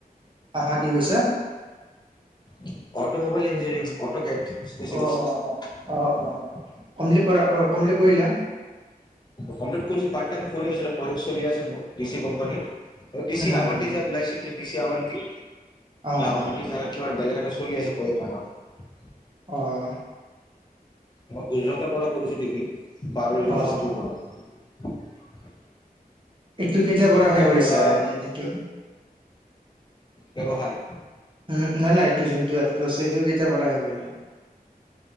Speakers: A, on the right; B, on the left.
A: হা, হা কি কৈছা?
B: অটমোবাইল ইঞ্জিনিয়ৰিং অট
A: অ',
B: কেট
A: অ', অ',
B: স্পেশালিস্ট।
A: অ', অ', কমপ্লিট কৰা অ' কমপ্লিট কৰিলা?
B: কমপ্লিট কৰি পাৰ্ত টাইম কৰি আছিলো <unintelligible> চলি আছে মোৰ পি চি কোম্পানিৰ। ডিচি
A: উম,
B: আভণ্টি
A: উম,
B: যে ওলাইছিল যে ডি আৱণ্টি
A: অ',
B: আভণ্টি
A: অ',
B: জাগাত বেলেগ এটা চলি আছে। <unintelligible>
A: অ'।
B: মই গুজৰাটৰ পৰা কৰিছো ডিগ্ৰী পাৰুল ইউনিভাৰ্চিটিৰ
A: অ',
B: পৰা।
A: তোৰ কেতিয়া পঢ়া
B: তাৰ
A: সে কৰিছা
B: পৰা
A: এইটো
B: ব্যৱহাৰ।
A: উ, নাই নাই এইটো যোনটো এপটো আছে সেটো কেতিয়াৰ পৰা হে কৰিলা?